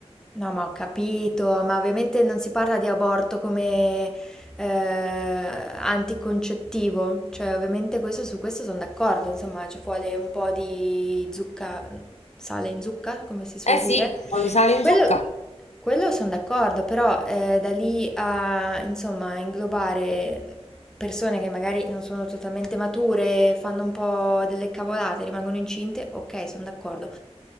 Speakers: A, in the centre; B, on the left.
A: No, ma ho capito, ma ovviamente non si parla di aborto come eh, anticoncettivo, cioè ovviamente questo, su questo sono d'accordo, insomma ci vuole un po' di zucca, sale in zucca, come si suol
B: Eh
A: dire.
B: sì, un po' di sale in
A: Quello,
B: zucca.
A: quello sono d'accordo, però eh, da lì a insomma inglobare persone che magari non sono totalmente mature, fanno un po' delle cavolate, rimangono incinte, ok, sono d'accordo.